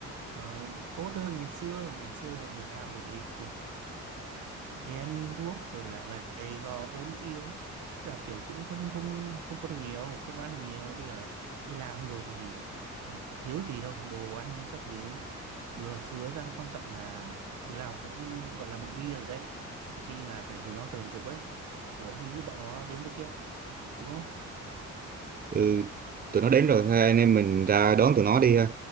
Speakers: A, on the right; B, on the right.
A: ờ, tốt hơn ngày xưa ngày xưa được nào được đấy đen đuốc rồi là gầy gò ốm yếu Thế là kiểu cũng không không không có được nhiều không có ăn được nhiều bây giờ đi làm rồi thì ờ, thiếu gì đâu đồ ăn các thứ bừa phứa ra quan trọng là đứa nào cũng gọi là bụng bia rồi đấy có khi là phải rủ nhau tập thể dục ấy ủa hình như bọn nó đến rồi kia đúng không
B: Ừ, tụi nó đến rồi, thôi anh em mình ra đón tụi nó đi. ha.